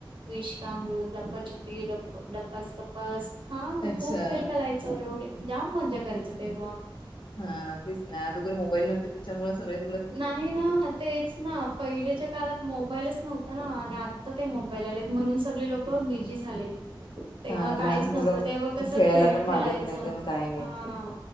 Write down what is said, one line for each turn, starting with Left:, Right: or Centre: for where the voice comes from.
Right: विषकामृत लपछपी डपप डपास टपास हा
Left: अच्छा
Right: खूप खेळ खेलाय. एवढे जाम मजा करायचं तेव्हा
Left: हा तेच ना तुगर मोबाईल नव्हते त्याच्या सगळे मु
Right: नाही ना तेच ना. पहिलेच्या काळात मोबाईलच नव्हता ना आणि आत्ता ते मोबाईल आलेत म्हणून सगळे लोकं बिझी झालेत तेव्हा
Left: हा लहान
Right: काहीच नव्हतं
Left: मुलं
Right: तेव्हा कसं
Left: खेळायला
Right: खेळ
Left: पण मागत
Right: खेळायचं
Left: नाहीत आणि काही नाहीत
Right: हा